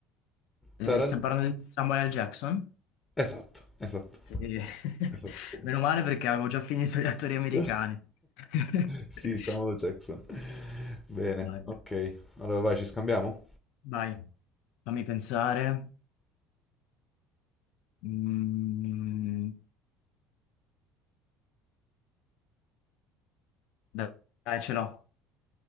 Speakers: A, on the left (about 15°); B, on the left (about 75°).
A: Taran-
B: stiamo parlando di Samuel L. Jackson?
A: Esatto, esatto,
B: Sì. <laughs>
A: esatto.
B: Meno male perché avevo già finito gli attori americani.
A: <laughs>
B: <laughs>
A: Sì, Samuel Jackson. Bene,
B: Dai,
A: ok. Allora vai, ci scambiamo?
B: vai, fammi pensare. Mm. Dai, dai, ce l'ho.